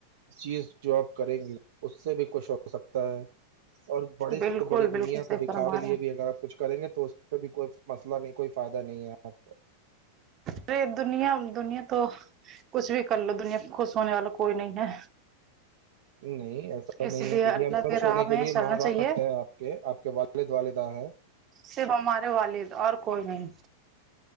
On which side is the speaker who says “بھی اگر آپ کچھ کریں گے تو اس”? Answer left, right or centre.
Right